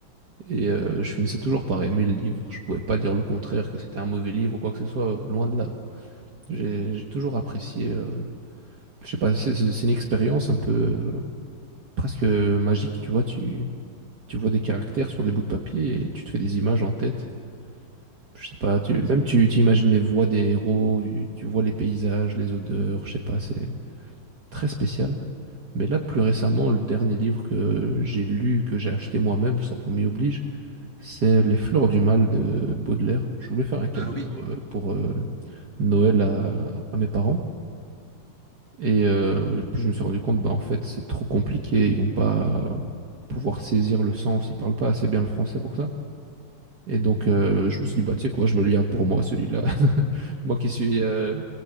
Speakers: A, on the right (about 55°); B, on the right (about 30°).
A: Et euh, je finissais toujours par aimer le livre. Je pouvais pas dire le contraire, que c'était un mauvais livre ou quoi que ce soit, euh, loin de là. J'ai j'ai toujours apprécié. euh, je sais pas, c'est c'est- c'est une expérience un peu euh, presque magique, tu vois. Tu, tu vois des caractères sur des bouts de papier et tu te fais des images en tête. Je sais pas, tu,
B: Ah oui.
A: même tu, tu imagines les voix des héros, tu, tu vois les paysages, les odeurs, je sais pas, c'est très spécial. Mais là, plus récemment, le dernier livre que j'ai lu, que j'ai acheté moi-même, sans qu'on m'y oblige, c'est Les Fleurs du Mal de Baudelaire. Je voulais faire un cadeau
B: Ah oui.
A: euh, pour euh, Noël à, à mes parents. Et euh, puis je me suis rendu compte, bah, en fait, c'est trop compliqué. Ils vont pas pouvoir saisir le sens. Ils parlent pas assez bien le français pour ça. Et donc, euh, je me suis dit, bah, tu sais quoi, je me le garde pour moi, celui-là. <laughs> Moi qui suis euh,